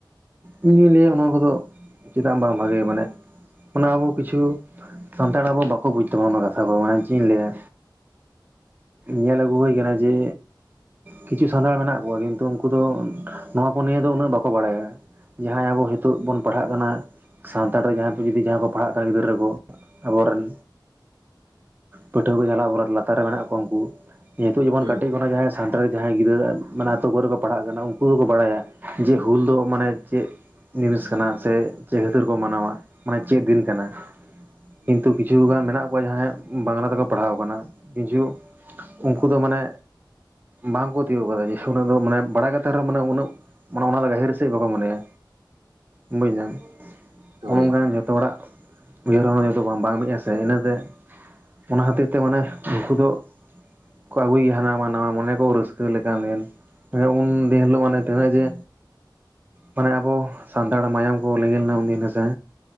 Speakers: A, on the right; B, on the right.
A: ᱤᱧᱫᱩᱧ ᱞᱟᱹᱭᱟ ᱚᱱᱟ ᱠᱚᱫᱚ ᱪᱮᱫᱟᱜ ᱵᱟᱝ ᱵᱷᱟᱜᱮ ᱢᱟᱱᱮ ᱚᱱᱟ ᱟᱵᱚ ᱠᱤᱪᱷᱩ ᱥᱟᱱᱛᱟᱲ ᱟᱵᱚ ᱵᱟᱠᱚ ᱵᱩᱡ ᱛᱟᱵᱚᱱᱟ ᱚᱱᱟ ᱠᱟᱛᱷᱟ ᱠᱚ ᱢᱟᱱᱮ ᱪᱮᱫ ᱤᱧ ᱞᱟᱹᱭᱟ ᱧᱮᱞ ᱟᱹᱜᱩ ᱦᱩᱭ ᱟᱠᱟᱱᱟ ᱡᱮ ᱠᱤᱪᱷᱩ ᱥᱟᱱᱛᱟᱲ ᱢᱮᱱᱟᱜ ᱠᱚᱣᱟ ᱠᱤᱱᱛᱩ ᱩᱱᱠᱩ ᱫᱚ ᱱᱚᱣᱟ ᱠᱚ ᱱᱤᱭᱮ ᱫᱚ ᱩᱱᱟᱹᱜ ᱵᱟᱠᱚ ᱵᱟᱲᱟᱭᱟ᱾ ᱡᱟᱦᱟᱸᱭ ᱟᱵᱚ ᱦᱤᱛᱚᱜ ᱵᱚᱱ ᱯᱟᱲᱦᱟᱜ ᱠᱟᱱᱟ ᱥᱟᱱᱛᱟᱲ ᱛᱮ ᱡᱟᱦᱟᱸᱭ ᱠᱚ ᱡᱩᱫᱤ ᱡᱟᱦᱟᱸᱭ ᱠᱚ ᱯᱟᱲᱦᱟᱜ ᱠᱟᱱ ᱜᱤᱫᱽᱨᱟᱹ ᱠᱚ ᱟᱵᱚ ᱨᱮᱱ ᱯᱟᱹᱴᱷᱩᱣᱟᱹ ᱠᱚ ᱡᱟᱸᱦᱟ ᱟᱵᱚ ᱞᱟᱛᱟᱨ ᱨᱮ ᱢᱮᱱᱟᱜ ᱠᱚᱣᱟ ᱩᱱᱠᱩ ᱱᱤᱛᱳᱜ ᱡᱮᱢᱚᱱ
B: ᱦᱩᱸ
A: ᱠᱟᱹᱴᱤᱡ ᱠᱷᱚᱱᱟᱜ ᱡᱟᱦᱟᱸᱭ ᱥᱟᱱᱛᱟᱲᱤ ᱡᱟᱦᱟᱸᱭ ᱜᱤᱫᱽᱨᱟᱹ ᱢᱟᱱᱮ ᱟᱛᱳ ᱠᱚᱨᱮ ᱠᱚ ᱯᱟᱲᱦᱟᱜ ᱠᱟᱱᱟ ᱩᱱᱠᱩ ᱫᱚᱠᱚ ᱵᱟᱲᱟᱭᱟ ᱡᱮ ᱦᱩᱞᱫᱚ ᱢᱟᱱᱮ ᱪᱮᱫ ᱡᱤᱱᱤᱥ ᱠᱟᱱᱟ ᱥᱮ ᱪᱮᱫ ᱠᱷᱟᱹᱛᱟᱹᱨ ᱠᱚ ᱢᱟᱱᱟᱣᱟ ᱢᱟᱱᱮ ᱪᱮᱫ ᱫᱤᱱ ᱠᱟᱱᱟ᱾
B: ᱦᱩᱸ
A: ᱠᱤᱱᱛᱩ ᱠᱤᱪᱷ ᱜᱟᱱ ᱢᱮᱱᱟᱜ ᱠᱚᱣᱟ ᱡᱟᱦᱟᱸᱭ ᱵᱟᱝᱞᱟ ᱛᱮᱠᱚ ᱯᱟᱲᱦᱟᱣ ᱠᱟᱱᱟ ᱠᱤᱪᱷᱩ ᱩᱱᱠᱩ ᱫᱚ ᱢᱟᱱᱮ ᱵᱟᱝ ᱠᱚ ᱛᱤᱭᱳᱜ ᱠᱟᱫᱟ ᱡᱮ ᱩᱱᱟ. ᱜ ᱫᱚ ᱢᱟᱱᱮ ᱵᱟᱲᱟᱭ ᱠᱟᱛᱮᱫ ᱨᱮᱚᱸ ᱢᱟᱱᱮ ᱩᱱᱟᱹᱜ ᱢᱟᱱᱮ ᱚᱱᱟ ᱫᱚ ᱜᱟᱹᱦᱤᱨ ᱥᱮᱫ ᱵᱟᱠᱚ ᱢᱚᱱᱮᱭᱟ ᱵᱩᱡ ᱫᱟᱢ
B: ᱦᱳᱭ
A: ᱚᱱᱮ ᱚᱱᱠᱟᱱ ᱡᱷᱚᱛᱚ ᱦᱚᱲᱟᱜ ᱩᱭᱦᱟᱹᱨ ᱵᱷᱵᱱᱟ ᱫᱚ ᱵᱟᱝ ᱵᱟᱝ ᱢᱤᱫᱜ ᱟ ᱥᱮ ᱤᱱᱟᱹᱛᱮ ᱚᱱᱟ ᱦᱚᱛᱮ ᱛᱮ ᱢᱟᱱᱮ ᱩᱱᱠᱩ ᱫᱚ ᱠᱚ ᱟᱹᱜᱩᱭᱭᱟ ᱦᱟᱱᱟ ᱱᱟᱣᱟ ᱢᱚᱱᱮ ᱠᱚ ᱨᱟᱹᱥᱠᱟᱹ ᱞᱮᱠᱟᱱ ᱫᱤᱱ ᱩᱱᱫᱤᱱ ᱦᱤᱞᱳᱜ ᱢᱟᱱᱮ ᱛᱤᱱᱟᱹᱜ ᱡᱮ ᱢᱟᱱᱮ ᱟᱵᱚ ᱥᱟᱱᱛᱟᱲ ᱢᱟᱭᱟᱢ ᱠᱚ ᱞᱮᱸᱜᱤ ᱞᱮᱱᱟ ᱩᱱᱫᱤᱱ ᱦᱮᱥᱮ